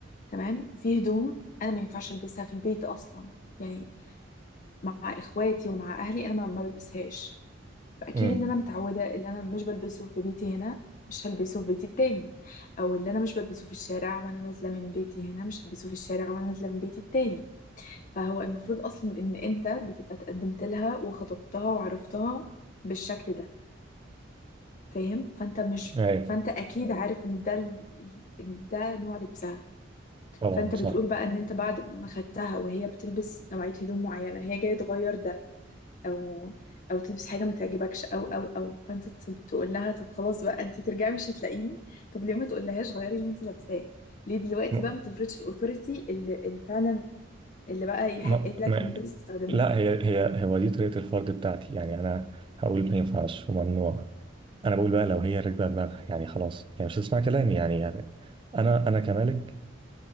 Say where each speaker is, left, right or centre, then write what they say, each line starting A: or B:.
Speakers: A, on the left; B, on the right.
A: تمام في هدوم أنا ما ينفعش ألبسها في البيت أصلا يعني مع إخواتي ومع أهلي أنا ما ما بلبسهاش فاكيد
B: امم
A: اللي انا متعوده اللي انا مش بلبسه في بيتي هنا مش هلبسه في بيتي التاني او اللي انا مش بلبسه في الشارع وانا نازله من بيتي هنا مش هلبسه في الشارع وانا نازله من بيتي التاني فهو المفروض اصلا ان انت بتبقى اتقدمت لها وخطبتها وعرفتها بالشكل ده فاهم فانت مش
B: ايوه
A: فانت اكيد عارف ان ده ال... ال- ده نوع لبسها
B: طبعا
A: فانت
B: صح
A: بتقول بقى ان انت بعد ما خدتها وهي بتلبس نوعيه هدوم معينه هي جايه تغير ده او او تلبس حاجه ما تعجبكش او او او فانت ت- تقول لها طب خلاص بقى انت ترجعي مش هتلاقيني طب ليه ما تقولهاش غيري اللي انت لابساه ليه دلوقتي
B: ما
A: بقى ما تفرضش الاوثوريتي اللي, اللي فعلا اللي بقى
B: ما
A: يحق لك
B: ما
A: ان انت تستخدمها
B: لا هي هي هو دي طريقه الفرد بتاعتي يعني انا هقول ما ينفعش وممنوع انا بقول بقى لو هي راكبه دماغها يعني خلاص يعني مش هتسمع كلامي يعني, يعني انا انا كمالك